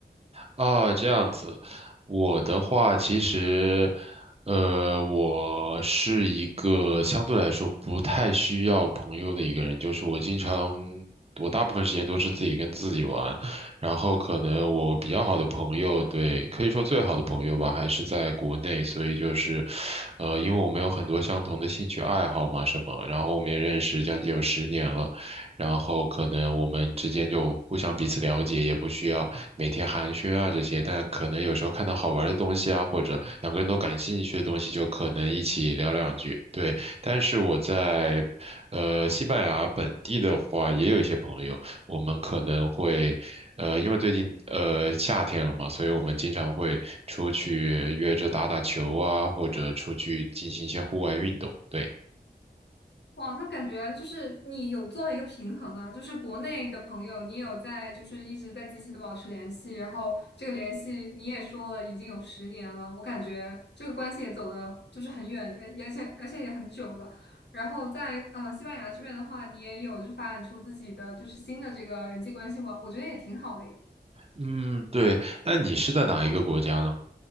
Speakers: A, on the right; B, on the left.
A: 啊，这样子，我的话其实，呃，我是一个相对来说不太需要朋友的一个人，就是我经常，我大部分时间都是自己跟自己玩，然后可能我比较好的朋友，对，可以说最好的朋友吧，还是在国内，所以就是，呃，因为我们有很多相同的兴趣爱好嘛，什么，然后我们也认识将近有十年了。然后可能我们之间就互相彼此了解，也不需要每天寒暄啊这些，但可能有时候看到好玩的东西啊，或者两个人都感兴趣的东西，就可能一起聊两句。对，但是我在呃西班牙本地的话，也有一些朋友，我们可能会呃，因为最近呃夏天了嘛，所以我们经常会出去约着打打球啊，或者出去进行一些户外运动。对，
B: 哇，那感觉就是你有做一个平衡啊，就是国内的朋友，你有在就是一直在积极的保持联系，然后这个联系你也说了已经有十年了，我感觉这个关系也走的就是很远，也而且而且也很久了。然后在呃西班牙这边的话，你也有就是发展出自己的就是新的这个人际关系网，我觉得也挺好的耶。
A: 嗯，对，那你是在哪一个国家呢？